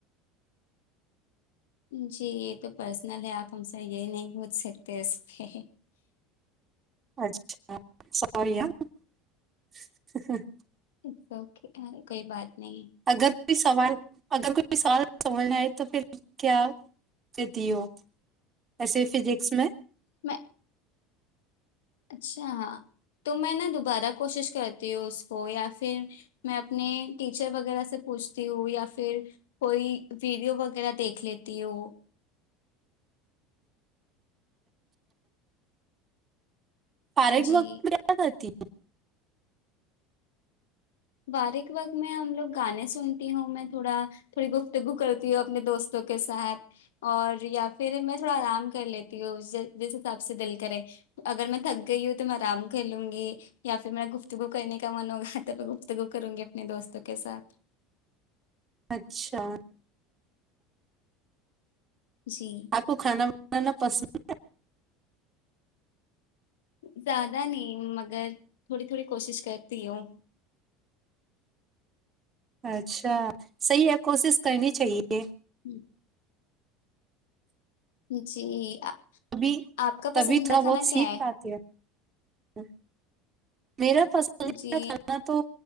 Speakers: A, on the left; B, on the right.
A: جی یہ تو پرسنل ہے آپ ہم سے یہ نہیں پوچھ سکتے اس کے
B: اچھا س <unintelligible>
A: ا اوکے کوئی بات <unintelligible> نہیں
B: اگر کوئی سوال اگر کوئی سوال سمجھنا آئے تو پھر کیا دیتی ہو ایسے فزکس میں
A: میں اچھا ہاں تو میں نا دوبارہ کوشش کرتی ہوں اس کو یا پھر میں اپنے ٹیچر وغیرہ سے پوچھتی ہوں یا پھر کوئی ویڈیو وغیرہ دیکھ لیتی ہوں
B: فاریک
A: جی
B: وکاتتی
A: باریک وقت میں ہم لوگ گانے سنتی ہوں میں تھوڑا تھوڑی گفتگو کرتی ہوں اپنے دوستوں کے ساتھ اور یا پھر میں تھوڑا آرام کر لیتی ہو جیسے آپ سب سے دل کرے اگر میں تھک گئی ہوں تو میں آرام کر لوں گی یا پھر میرا گفتگو کرنے کا من ہوگا تھا گ گ کروں گی اپنے دوستوں کے ساتھ
B: اچھا
A: جی
B: آپ کو کھانا بنانا پسند
A: زیادہ نہیں مگر تھوڑی تھوڑی کوشش کرتی ہوں
B: اچھا صحیح ہے کوشش کرنی چاہیے
A: ج <inaudible> جی
B: تبھی
A: آپ کا
B: تبھی
A: پسندیدہ
B: تھوڑا
A: کھانا
B: بہت سیکھ
A: کیا
B: پاتی ہے ہی <inaudible> میرا پسندیدہ
A: جی
B: کھانا تو